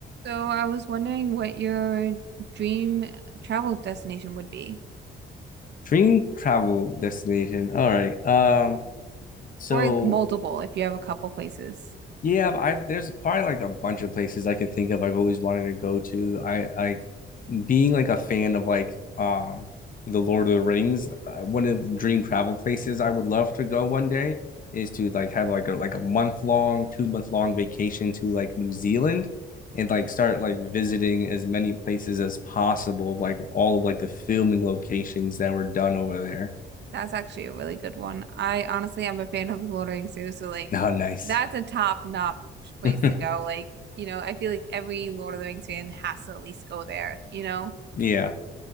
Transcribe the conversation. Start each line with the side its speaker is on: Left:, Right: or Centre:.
Right: So I was wondering what your dream travel destination would be,
Left: Dream travel destination. All right. Um, so
Right: or like multiple if you have a couple places.
Left: yeah, I've there's probably like a bunch of places I can think of I've always wanted to go to. I I being like a fan of like um the Lord of the Rings, uh, one of the dream travel places I would love to go one day is to like have like a like a month long, two month long vacation to like New Zealand and like start like visiting as many places as possible of like all of like the filming locations that were done over there.
Right: That's actually a really good one. I honestly am a fan of the Lord of the Rings too, so like
Left: Oh, nice.
Right: that's a top-notch place
Left: <laughs>
Right: to go. Like, you know, I feel like every Lord of the Rings fan has to at least go there, you know?
Left: Yeah.